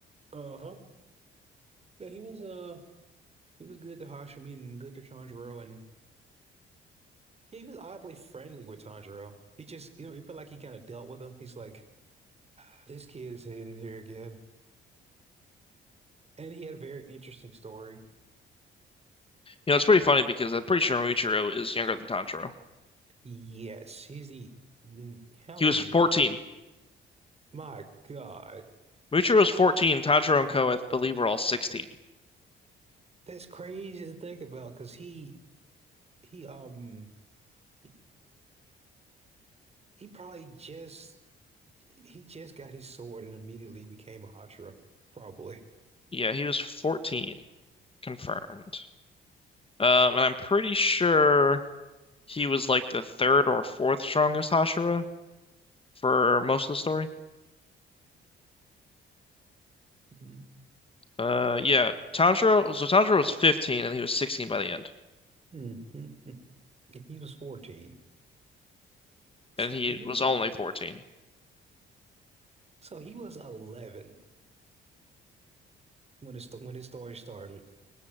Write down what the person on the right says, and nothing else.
Uh-huh. Yeah, he was uh he was good to Hashime and good to Tanjiro and yeah, he was oddly friendly with Tanjiro. He just you know, it felt like he kind of dealt with him. He's like, this kid is in here again. And he had a very interesting story.
Yes, he's the mm, how
is
he? My God,
that's crazy to think about because he he um he, he probably just he just got his sword and immediately became a Hashira, probably.
<laughs> Mm.
Mm, mm, mm. He was 14. So
he was
so he was 11 when his when his story started.